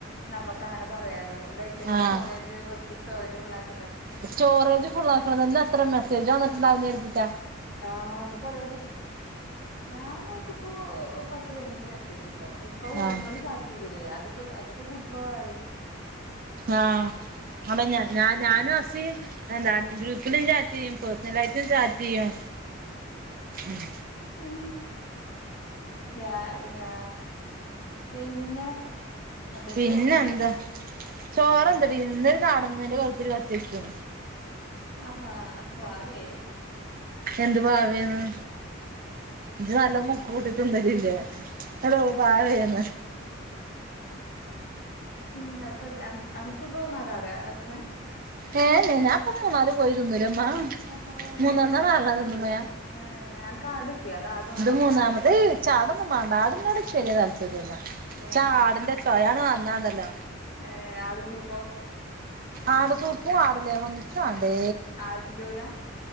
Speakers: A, on the left; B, on the right.
A: നമുക്ക് അങ്ങനെ പറയാലോ
B: ആഹ്
A: ഐഫോണൈറ്റ്. സ്റ്റോറജ് ഫുള്ളാകി
B: സ്റ്റോറേജ് ഫുള്ള ആക്കണന്നന്ന് എത്ര മെസ്സേജ് വന്നിട്ടുണ്ടാവുന്ന് കരുതിട്ട.
A: ആഹ കൊറെ മെസ്സേജ് ഞാൻ നോക്കുമ്പോ പത്ത് പതിനഞ്ചു മെസ്സേജ്. കേട്ടോ ഇനിയിപ്പോ
B: ആഹ്
A: നിങ്ങൾ ചാറ്റ് ചെയ്തില്ലേ അതൊക്കെ അതൊക്കെ കൂട്ടുമ്പോ വേറെ
B: ആഹ് ഞാനും ഞഞ ഞാനും അസീ എത ഗ്രൂപ്പിൽ ഇല്ലാഞ്ഞിട്ട് ചെയും പേഴ്സണലായിട്ടും ചാറ്റെയ്യും ഉം
A: ഉം ഞാ ഞാ പിന്നെ എന്തേലും
B: പിന്നെന്താ
A: ചോറും കറിയൊക്കെ
B: ചോറെന്തടി ഇന്നൊരു നട <unintelligible> ത്തിരി കത്തിക്കാ
A: ആഹാ വാവേ
B: എന്ത് വാവേന്ന് ഇജ്ജ് നല്ല മുക്ക് മൂട്ടി തിന്നലില്ലേ എടോ വാവേന്ന്
A: ഉം അപ്പൊജ് അൻ അൻക്കിത് നടാടെ എർക്ക്ണേ
B: ഏ ഞാപ്പം മൂന്നാല് കോയി തിന്ന്ലെമ്മ
A: ആഹാ
B: മൂന്നണോ
A: നല്ല
B: നാലണോ
A: തിന്ന്ക്ക്ണ്
B: തിന്ന് ലെ
A: ഏ അനക്ക് ആട് കിട്ടിയോ അത് ആടു ആണോ
B: ഇത് മൂന്നാമത്തെ
A: വാണ്ടേ
B: ചാടൊന്നും മാണ്ട ആട് നോട് ച്ച് വെല്ല്യെ താല്പര്യല്ലാ ഇച്ചാടിന്റെ
A: ഏ
B: ചൊയാണ്ട് വന്നാണ്ടല്ലോ
A: ഏർ ആടിൻ സൂപ്പോ
B: ആട് സൂപ്പും ആട് ലേഹോന്നും ഇച്ച് മാണ്ടേ
A: ആടിന്റൂര